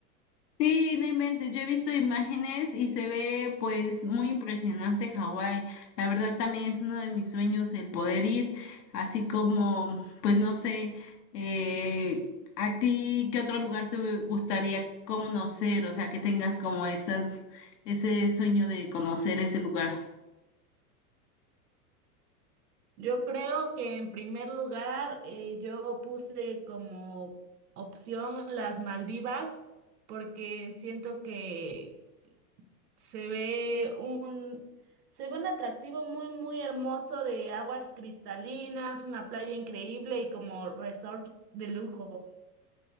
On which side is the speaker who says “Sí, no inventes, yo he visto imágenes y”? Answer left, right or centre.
Left